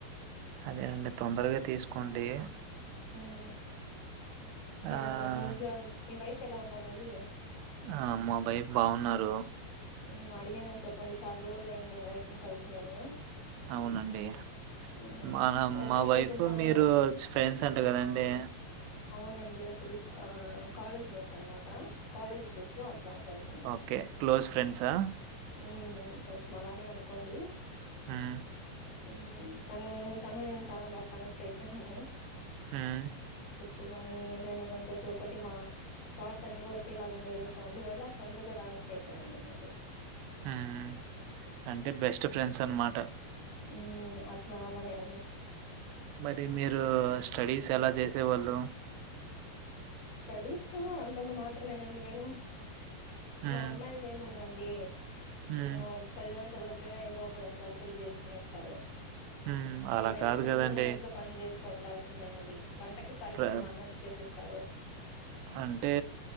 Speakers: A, on the right (about 85°); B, on the left (about 65°).
A: అదేనండి తొందరగా తీస్ కొండి
B: ఉమ్ యవ్
A: ఆహ్,
B: మీ ఇంట్లో అం మీ వైఫ్ ఎలా ఉన్నార్. రండి
A: ఆ మా బైఫ్ బాగున్నారు
B: ఉమ్ అడిగననీ చెప్పండి చాలా రోజులు అయింది మీ వైఫ్ ను కలిసి నేను
A: అవునండి
B: మ్మ్
A: మా
B: వద్దాం
A: మా వైఫ్
B: అనుకుంటాను
A: మీరు ఫ్రెండ్స్ అంట కదండి
B: ఔనండి అప్పుడు స్కూ ఆ కాలేజ్ మేట్స్ అనమాట. కాలేజ్ డేస్లో అట్ల తెల్సనమాట
A: ఓకే. క్లోజ్ ఫ్రెండ్సా?
B: ఉమ్. ఉమ్ కొంచ్మ్ అలానే అనుకోండి.
A: ఉమ్
B: ఉమ్ తను తను నేను చానా బాగ్ కనెక్టైపొయ్నాము.
A: ఉమ్
B: ప్పు గాని ఏదైన గాని ప్రతి ఒక్కటి మా థాట్సన్ని గూడ్ ఒకేలాగుండేయి సో అందువల్ల తొందర్గా కనెక్ట్ అయ్పోయాం మేమైతే.
A: ఉమ్ అంటె బెస్ట్ ఫ్రెండ్స్ అన్మాట.
B: ఉమ్ అ రాల్లనే ఉంది
A: టే మీరు స్టడీస్ ఎలా జేసేవాళ్ళు.
B: స్టడీస్సు అంతంత మాత్రమేనండి నేను.
A: హ్మ్.
B: మా అమ్మాయ్ల్దే ఏముందండ్ డీ
A: హ్మ్.
B: మేము చదివిన చదవక్ పెనా ఎవ్రోకరొస్తారు పెళ్లి జేస్కునేస్తారు.
A: హ్మ్. అలా
B: మేమెంత
A: కాదు
B: చదువుకున్నా
A: గదండీ!
B: ఇంట్లో పన్ జేస్ కొండాల్సిందేనండి. వంటకి పరిమితం
A: ప్ర
B: అన్నట్టు తెస్తారు.
A: అంటే